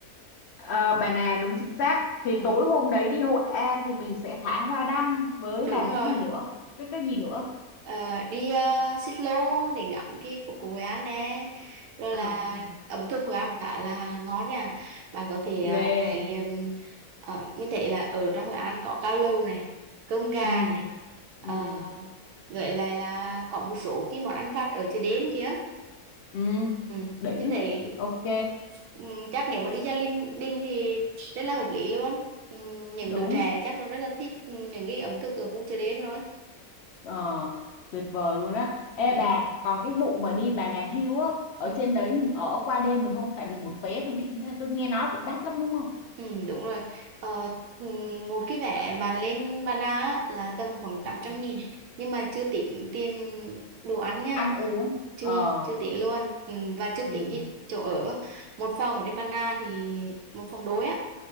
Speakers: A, on the left; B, on the right.
A: ờ, bà nè đúng chính xác. Thì
B: ừ.
A: tối hôm đấy đi Hội An thì mình sẽ thả hoa đăng với
B: đúng
A: làm
B: rồi
A: cái gì nữa? Cái cái gì nữa?
B: Ờ, đi uh, xích lô để ngắm cái phố cổ Hội An nè rồi
A: Ờ,
B: là
A: ừm,
B: ẩm thực Hội An cũng khá là ngon nha bạn có thể ờ,
A: ghê.
B: trải nghiệm ờ, mình thấy là ở trong Hội An có cao lầu này cơm gà
A: Ừm,
B: này
A: ừm,
B: uh, lại là có một số cái món ăn vặt ở chợ đêm kia
A: ừm,
B: ừ.
A: đỉnh.
B: mình thấy
A: Ok,
B: Ừm, chắc nếu mà đi ra Linh Đinh thì rất là hợp lý luôn Ừm, những
A: đúng.
B: đứa trẻ chắc nó rất là thích những cái ẩm thực ở khu chợ đêm rồi
A: Ờ, tuyệt vời luôn á. Ê
B: Ừm,
A: bà, còn cái vụ mà đi Bà Nà Hills á, ở
B: ừm,
A: trên đấy mình ở qua đêm được không? Tại vì một vé tôi bị tôi nghe nói cũng đắt lắm đúng không?
B: ừm, đúng rồi Ờ, ừm, một cái vé bạn lên Bà Na á là tầm khoảng tám
A: Ừ.
B: trăm nghìn nhưng mà chưa tính tiền đồ ăn nha
A: Ăn uống.
B: chưa
A: Ờ
B: chưa tính luôn Ừm, và chưa
A: ừ
B: tính cái chỗ ở một phòng ở trên Bà Na thì một phòng đôi á